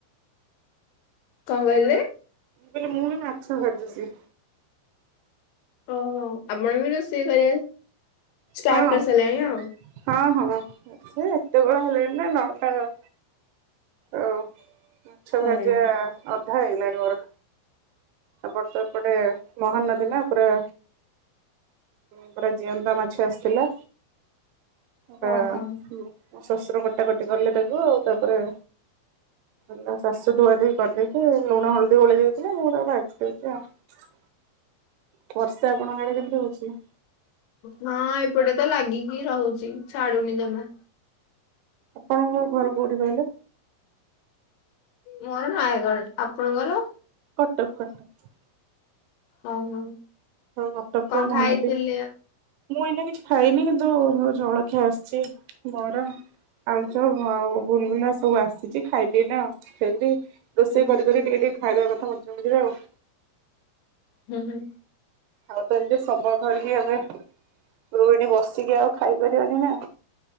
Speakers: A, on the left; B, on the right.
A: କଣ କହିଲେ?
B: କହିଲି ମୁଁ ବି ମାଛ ଭାଯୁଚି।
A: ଓହୋ ଆପଣ ବି ରୋଷେଇ କରିବା ଷ୍ଟାର୍ଟ
B: ହଁ
A: କରିସାରିଲେଣି ଆଉ।
B: ହଁ ହଁ ସେ ଏତେବେଳ ହେଲେଣି ନା ନଅଟାର ଆଉ ମାଛ
A: ହୁଁ
B: ଭାଜିବା ଅଧା ହେଇଗଲାଣି ମୋର। ଆମ ତ ଏପଟେ ମହା ନଦୀ ନା ପୁରା ପୁରା ଜିଅନ୍ତା ମାଛ ଆସିଥିଲା ପୁରା
A: ଓହୋ।
B: ମୋ ଶଶୁର କଟାକଟି କଲେ ତାକୁ ତାପରେ ମୋ ଶାଶୁ ଧୁଆ ଧୁଇ କରିଦେଇକି ଲୁଣ ହଳଦୀ ଗୋଳେଇ ଦେଇଥିଲେ ମୁଁ ତାକୁ ଭାଜିି ଦେଇଛି ଆଉ। ବର୍ଷା ଆପଣଙ୍କ ଆାଡେ କେମିତି ହୋଉଚି?
A: ହଁ ଏପଟେ ତ ଲାଗିକି ରହୁଚି ଛାଡୁନି ଯମା।
B: ଆପଣଙ୍କର ଘର କୋଉଠି କହିଲେ?
A: ମୋ ଘର ନୟାଗଡ ଆପଣଙ୍କର?
B: କଟକ କଟକ।
A: ଓହୋ
B: ହଁ କଟକ ତ
A: କଣ
B: ମହାନଦୀ।
A: ଖାଇଥିଲେ?
B: ମୁଁ ଏଇନା କିଛି ଖାଇନି କିନ୍ତୁ ମୋର ଜଳଖି ଆସିଚି ବରା। ଆଳୁଚପ୍ ହଁ ଆଉ ଗୁଲୁଗୁଲା ସବୁ ଆସିଚି ଖାଇଦିଏନା ସେମିତି। ରୋଷେଇ
A: ହୁଁ ହୁଁ
B: କରି
A: ହୁଁ
B: କରି ଟିକେ ଟିକେ ଖାଇଦବା କଥା ମଝିରେ ମଝିରେ ଆଉ।
A: ହୁଁ ହୁଁ।
B: ଆଉ ତ ଏମିତି ସମୟ ଧରିକି ଏବେ। ରୋହିଣୀ ବସିକି ଆଉ ଖାଇପାରିବାନେହିଁ ନା।